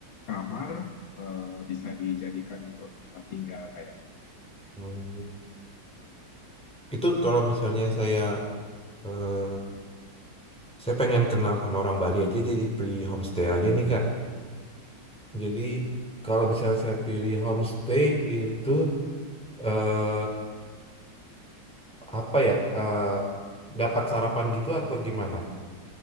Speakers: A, on the left; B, in the centre.
A: kamar eh, bisa dijadikan untuk tempat tinggal kayak gitu.
B: Hmm. Itu kalau misalnya saya eh, saya pengen kenal sama orang Bali aja jadi pre homestay aja nih Kak. Jadi kalau misalnya saya pilih homestay itu eh, apa ya eh, dapat sarapan gitu atau gimana?